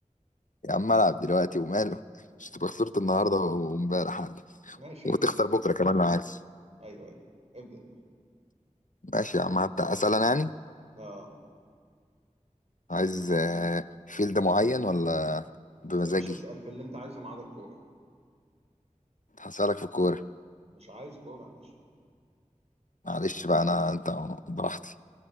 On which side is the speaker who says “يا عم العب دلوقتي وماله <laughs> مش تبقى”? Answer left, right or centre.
Left